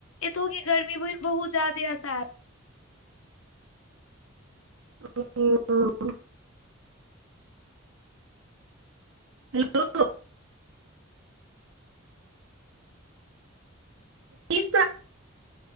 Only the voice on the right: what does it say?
ह हेलो त